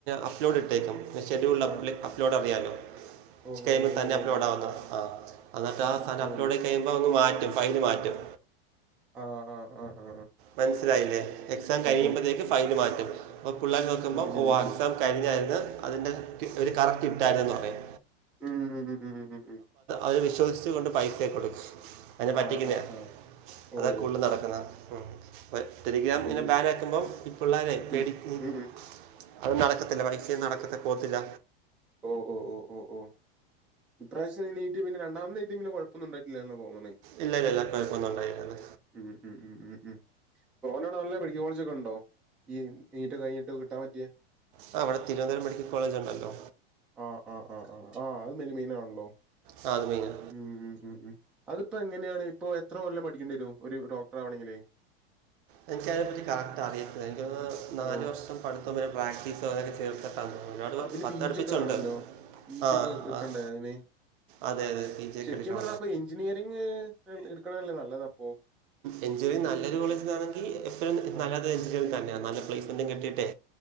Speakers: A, on the right (about 55°); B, in the centre.
A: അപ്ലോഡ് ഇട്ടേക്കും. ഷെഡ്യൂൾഡ് അപ്
B: ആ
A: അപ്ലോഡ് അറിയാല്ലോ <unintelligible>
B: ഓ ഓ ഓ ഓ ഓ
A: അപ്ലോഡ് ആവുന്നോ ആഹ് എന്നിട്ട് ആഹ് സാനം
B: ഓ
A: അപ്ലോഡ്
B: ഓ
A: കഴിയുമ്പോൾ അങ് മാറ്റും ഫയല് മാറ്റും
B: ആഹ് ആഹ് ആഹ് ആഹ്
A: മനസ്സിലായില്ലേ എക്സാം കഴിയുമ്പോഴത്തേക്ക്
B: ഓ
A: ഫയൽ മാറ്റും അപ്പ പിള്ളേർ നോക്കുമ്പോൾ
B: അത്
A: <unintelligible>
B: ശരി അത് ശരി.
A: കഴിഞ്ഞായിരുന്നു അതിന്റെ കി ഒരു കറക്റ്റ് കിട്ടായിരുന്നന്ന് പറയാം
B: ഉം ഉം ഉം ഉം ഉം ഉം ഉം
A: അത് വിശ്വസിച്ച് കൊണ്ട് പൈസകൊടുക്കും
B: ആ
A: പറ്റിക്കുന്ന
B: ആ ആ. ഓ
A: അതാ കൂടുതൽ
B: ഓ
A: നടക്കുന്നെ അപ്പ ടെലിഗ്രാം
B: അത്
A: ഇങ്ങനെ
B: ശരി.
A: ബാനാക്കുമ്പോം ഈ പിള്ളേരെേ പേടിക്കും
B: ഉം. ഉം ഉം.
A: അത് നടക്കത്തില്ല പൈസൊ നടക്കത്തി പോവത്തില്ല..
B: ഓ ഓ ഓ ഓ ഓ ഇപ്രാവശം നീറ്റ് പിന്ന രണ്ടാമത് എയ്തിയത് പിന്നെ കൊഴപ്പന്നണ്ടട്ടില്ലന്ന് തോന്നണേ
A: ഇല്ല ഇല്ല ഇല്ല കൊയപ്പം ഉണ്ടായില്ല
B: ഉം ഉം ഉം ഉം ഉം ഒനാവിടെ നല്ല മെഡിക്കൽ കോളേജ് ഒക്കെ ഉണ്ടോ ഈ നീറ്റ് കഴിഞ്ഞിട്ട് കിട്ടാൻ പറ്റിയെ
A: ആഹ് ഇവിടെ തിരുവനന്തപുരം മെഡിക്കൽ കോളേജ്ണ്ടല്ലോ
B: ആഹ് ആഹ് ആഹ് ആഹ് ആഹ് അത് മിൻമെയിൻ ആണല്ലോ.
A: ആഹ് അത് മെയ്‌നാ.
B: ഉം ഉം ഉം ഉം അതിപ്പോ എങ്ങനെയാണ് ഇപ്പൊ എത്ര കൊല്ലം പഠിക്കേണ്ടി വരും ഒരു ഡോക്ടർ ആവണെങ്കില്.
A: എനിക്കതിനെപ്പറ്റി കറക്റ്റ് അറിയത്തില്ല എനിക്ക് നാല്
B: ഓ
A: വർഷം പടുത്തം പിന്നെ പ്രാക്ടീസോ അതും പാടി ചേർത്ത് അഞ്ചു വർഷ. <unintelligible> ഒട്
B: ആ പിന്നെ
A: പത്ത്ടുപ്പിച്ചുണ്ട്
B: പി ജി ഒക്കെ വേണല്ലോ. പി ജി
A: ആഹ്
B: ഒക്കെ എടുക്കണ്ടേ
A: ആഹ്
B: അതിന്?
A: അതെ അതെ പീജക്കെ
B: ശരിക്കും
A: എടുക്കണം.
B: അപ്പൊ എഞ്ചിനീയറിങ് എടുക്കണല്ലേ നല്ലത അപ്പൊ.
A: എഞ്ചിനിർങ് നല്ലൊരു കോളേജ്ന്നാണെങ്കിൽ എപ്പഴും
B: ആഹ്
A: നല്ല എ <unintelligible> നല്ല പ്ലേസ്മെന്റും കിട്ടിട്ടെ